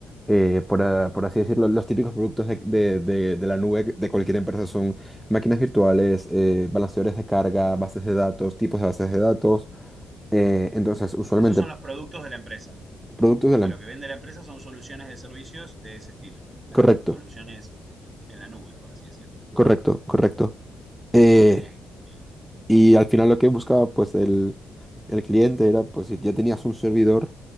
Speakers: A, in the centre; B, on the right.
A: eh, por, a- por así decirlo, los típicos productos de, de- de- de la nube de cualquier empresa son máquinas virtuales, eh, balanceadores de carga, bases de datos, tipos de bases de datos. Eh, entonces, usualmente,
B: Esos son los productos de la empresa.
A: productos
B: O
A: de
B: sea,
A: la...
B: lo que vende la empresa son soluciones de servicios de ese estilo. O sea,
A: Correcto,
B: solu- soluciones en la nube, por así decirlo.
A: correcto, correcto. Eh,
B: Ah, Ok, bien.
A: Y al final lo que buscaba pues el, el cliente era pues si ya tenías un servidor